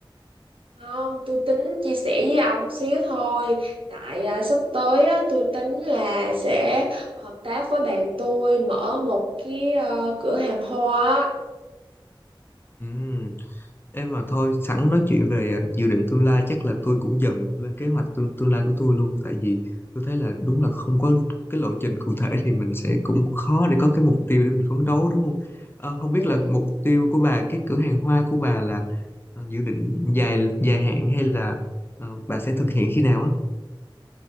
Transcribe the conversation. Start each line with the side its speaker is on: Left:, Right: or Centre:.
Right: Không, tôi tính chia sẻ với ông xíu thôi. Tại à, sắp tới á, tôi tính là sẽ hợp tác với bạn tôi mở một cái ờ, cửa hàng hoa. á.
Left: ừ Em mà thôi, sẵn nói chuyện về à, dự định tương lai chắc là tôi cũng dần lên kế hoạch tương, tương lai của tôi luôn tại vì tôi thấy là đúng là không có cái lộ trình cụ thể thì mình sẽ cũng khó để có cái mục tiêu để mình phấn đấu đúng không? Ờ, không biết
Right: Ừ.
Left: là mục tiêu của bà cái cửa hàng hoa của bà là ờ, dự định dài dài hạn hay là ờ, bà sẽ thực hiện khi nào á?